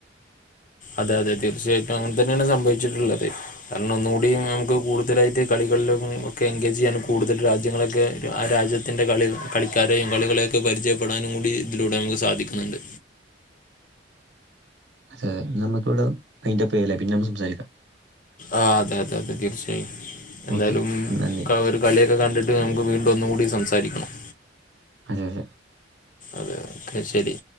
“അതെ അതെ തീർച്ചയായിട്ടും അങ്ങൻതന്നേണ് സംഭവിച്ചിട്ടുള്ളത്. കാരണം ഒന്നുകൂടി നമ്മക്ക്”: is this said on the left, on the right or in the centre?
Left